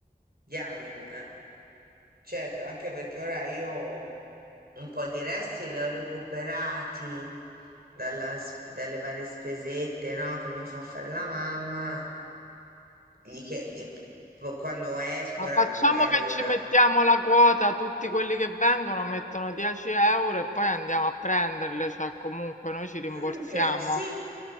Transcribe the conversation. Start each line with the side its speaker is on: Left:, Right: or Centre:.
Right: Diamine, eh. Certo, anche perché ora io un po' di resti li ho recuperati dalla sp- dalle varie spesette, no, che mi fa fare la mamma. Gli chie- gli- po- quando esco,
Left: Ma
Right: ora
Left: facciamo
Right: magari
Left: che
Right: ora...
Left: ci mettiamo la quota, tutti quelli che vengono mettono 10 euro e poi andiamo a prenderle, cioè comunque noi ci rimborsiamo.
Right: "Ah, Ok, sì,